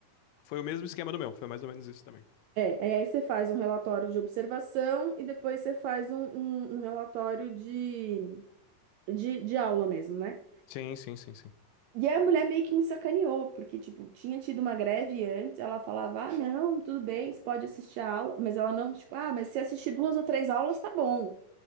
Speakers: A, on the left; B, on the right.
A: Foi o mesmo esquema do meu, foi mais ou menos isso também.
B: É, e aí você faz um relatório de observação e depois você faz um, um, um relatório de, de, de aula mesmo, né?
A: Sim, sim, sim, sim.
B: E a mulher meio que me sacaneou, porque, tipo, tinha tido uma greve antes, ela falava, ah, não, tudo bem, você pode assistir a aula, mas ela não, tipo, ah, mas se assistir duas ou três aulas, tá bom,